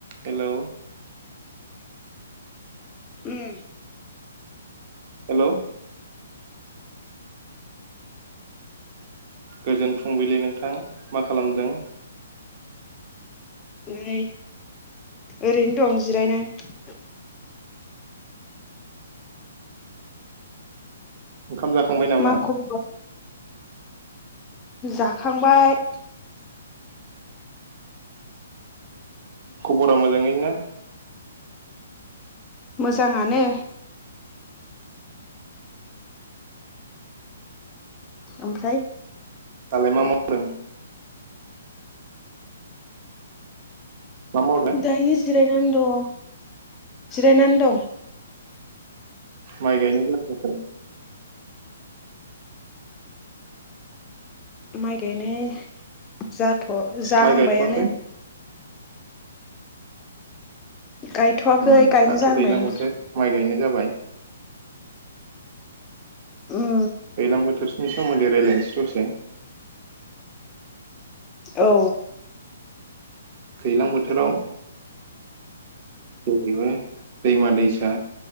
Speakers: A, on the right; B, on the left.
A: Hello.
B: उम।
A: Hello गोजोन फुंबिलि नोंथां मा खालामदों?
B: नै ओरैनो दं जिरायनानै।
A: खाम जाखांबाय नामा?
B: मा खबर जाखांबाय।
A: खबरा मोजाङै ना?
B: मोजाङानो। ओमफ्राय?
A: दालाय मा मावदों? मा मावदों
B: दायो जिरायना। नै दं जिरायनानै दं।
A: माइ गायनो जाथआखै।
B: माइ। गायनो जाथ जाहांबायानो।
A: माइ गायथ'वाखै
B: गायथ'वाखै
A: ओ
B: गायनो
A: दाथ
B: जाहांबायानो
A: दैलां बोथोर माइ गायनाय जाबाय।
B: उम
A: दैलां बोथोरनि। सोमोनदै रायलायनोसै दसे।
B: औ।
A: दैैलां बोथोराव। जेरैबो दैमा दैसा